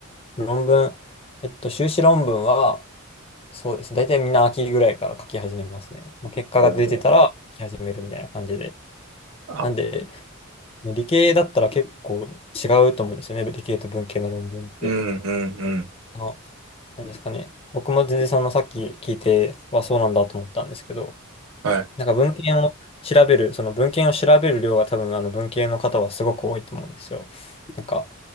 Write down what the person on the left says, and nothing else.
論文、えっと、修士論文は、そうですね。大体みんな秋ぐらいから書き始めますね。まあ、結果が出てたら書き始めるみたいな感じで。
なんで、理系だったら結構違うと思うんですよね。理系と文系の論文って。
あの、なんですかね。僕も全然そのさっき聞いてはそうなんだと思ったんですけど、
なんか文献を調べる、その文献を調べる量が多分あの文系の方はすごく多いと思うんですよ。なんか、